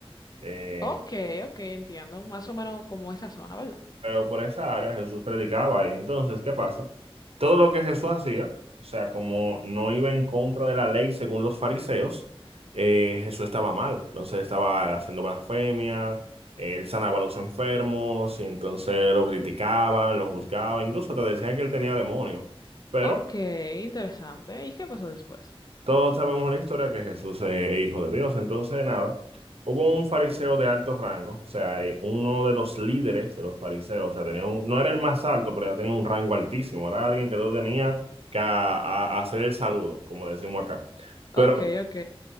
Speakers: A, on the right (about 80°); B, on the left (about 40°).
A: Eh,
B: Ok, ok, entiendo. Más o menos como esa zona, ¿verdad?
A: Pero por esa área Jesús predicaba ahí. Entonces, ¿qué pasa? Todo lo que Jesús hacía, o sea, como no iba en contra de la ley según los fariseos, eh, Jesús estaba mal. Entonces estaba haciendo blasfemia, él sanaba a los enfermos y entonces lo criticaban, lo juzgaban, incluso te decían que él tenía demonios. Pero
B: Ok, interesante. ¿Y qué pasó después?
A: todos sabemos la historia que Jesús es hijo de Dios. Entonces, nada, hubo un fariseo de alto rango, o sea, eh, uno de los líderes de los fariseos, o sea, tenía un- no era el más alto, pero ya tenía un rango altísimo. Era alguien que no tenía que a- a- hacer el saludo, como decimos acá. Pero
B: Ok, ok.